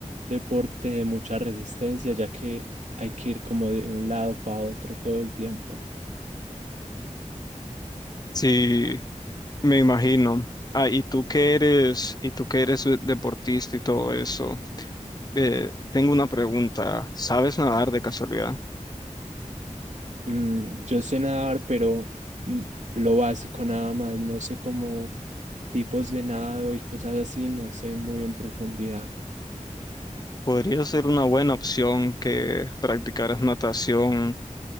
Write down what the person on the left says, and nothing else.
Sí, me imagino. Ah, y tú que eres, y tú que eres deportista y todo eso, eh, tengo una pregunta. ¿Sabes nadar de casualidad?
Podría ser una buena opción que practicaras natación